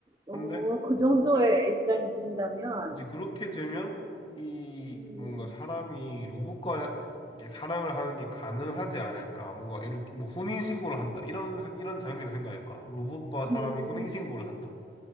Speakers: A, on the right; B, on the left.
A: 어,
B: 근데
A: 그 정도의 입장이 된다면,
B: 이제 그렇게 되면 이
A: 음,
B: 뭔가 사람이 로봇과 이렇게 사랑을 하는 게 가능하지 않을까. 뭔가 이렇게 뭐 혼인신고를 한다. 이런, 세- 이런 장면을 생각해봐. 로봇과 사람이
A: 음,
B: 혼인신고를 한다.